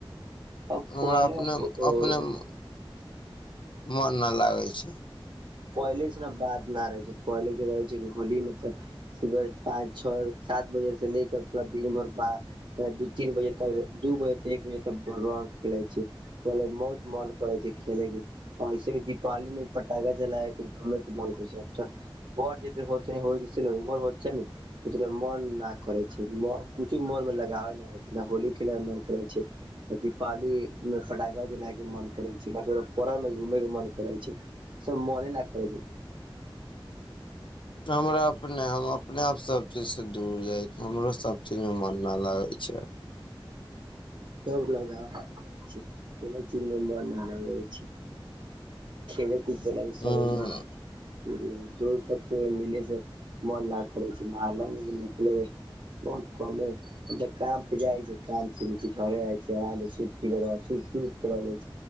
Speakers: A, on the right; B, on the left.
A: अब
B: हमरा
A: पहले
B: अपनेम अपने मे मोन नहि लागै छै
A: पहिलेसँ ने बात नहि रहै छै पहिले के रहै छै होली मे तऽ सुबह पाँच छओ सात बजे से लेेक पूरा दिन भर बा दू तीन बजे तक दू बजे तक एक बजे तक रंग खेलैत छी पहिले बहुत मन करै छै खेलै के आर ऐसे भी दीपावली मे पटाखा ल घुमे के मन करै छै <unintelligible> मन नहि करै छै कुछो मन मे लगाबै नहि करे छै होली खेलै मे मन करै छै दीपावाली मे फटाका जलाय के मन करे छै पोरा मे घूमे के मन करे छै सब मोने नहि करे छै
B: हमरा अपने हम अपने आप सब चीज से दूर जाय छी हमरो सब चीज मे मन न लागे छै
A: सब लगावै छै कोनो चीज मे मन नहि लगै छै खेल कुद सब
B: हूं
A: नहि दोस्त सब से मिले से मन नहि करै छै मोहल्ला मे भी निकले बहुत कमे हम तऽ काम पे जाइ छै काम घरे आय छै आराम से सूति पि रह सुति के रहे